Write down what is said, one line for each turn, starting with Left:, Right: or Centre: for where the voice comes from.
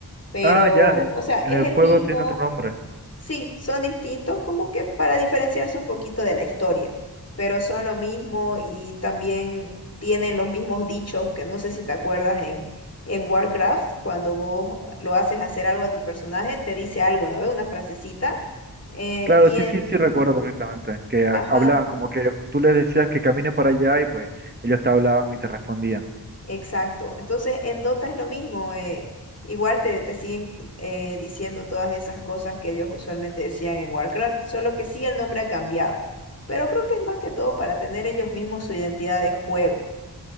Left: Pero,
Right: Ah, ya, eh,
Left: o sea,
Right: en
Left: es
Right: el juego
Left: el mismo
Right: tiene otro nombre.
Left: Sí, son distintos como que para diferenciarse un poquito de la historia, pero son lo mismo y también tienen los mismos dichos que no sé si te acuerdas en, en Warcraft, cuando vos lo haces hacer algo a tu personaje, te dice algo, ¿no ves? Una frasecita. eh,
Right: Claro,
Left: y
Right: sí,
Left: en,
Right: sí, sí recuerdo perfectamente que ah,
Left: ajá,
Right: hablaban como que tú les decías que caminen para allá y pues ellos te hablaban y te respondían.
Left: Exacto. Entonces, en Dota es lo mismo. eh, igual te, te siguen eh, diciendo todas esas cosas que ellos usualmente decían en Warcraft, solo que sí el nombre ha cambiado. Pero creo que es más que todo para tener ellos mismos su identidad de juego.